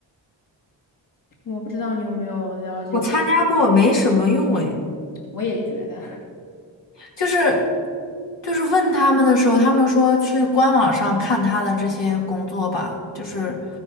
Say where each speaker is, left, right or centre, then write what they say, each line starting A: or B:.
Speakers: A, on the left; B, on the left.
A: 我不知道你有没有了解过。
B: 我参加过，没什么用诶。
A: 我也觉得，
B: 就是就是问他们的时候，他们说去官网上看他的这些工作吧，就是